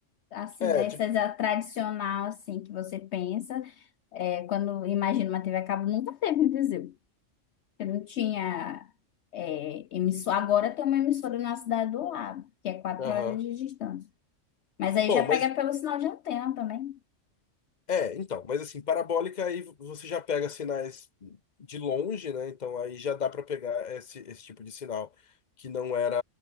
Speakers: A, on the left; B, on the left.
A: assim,
B: É,
A: dessas
B: de.
A: a tradicional, assim, que você pensa. É, quando imagina uma TV a cabo, nunca teve em Viseu. Porque não tinha é, emissora. Agora tem uma emissora na cidade do lado, que é quatro
B: Aham.
A: horas de distância. Mas aí
B: Bom,
A: já
B: mas.
A: pega pelo sinal de antena também.
B: É, então, mas assim, parabólica aí você já pega sinais de longe, né? Então aí já dá para pegar esse, esse tipo de sinal que não era